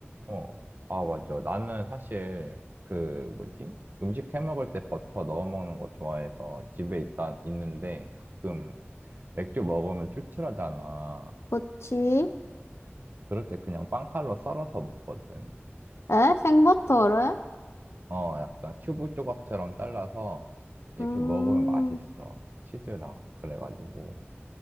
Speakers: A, on the right (about 45°); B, on the left (about 75°).
A: 어. 아, 맞아. 나는 사실 그 뭐지? 음식 해 먹을 때 버터 넣어 먹는 거 좋아해서 집에 있다 있는데 가끔 맥주 먹으면 출출하잖아.
B: 그치?
A: 그럴 때 그냥 빵칼로 썰어서 먹거든.
B: 에? 생버터를?
A: 어, 약간 큐브 조각처럼 잘라서 이렇게
B: 음,
A: 먹으면 맛있어. 치즈랑 그래가지고.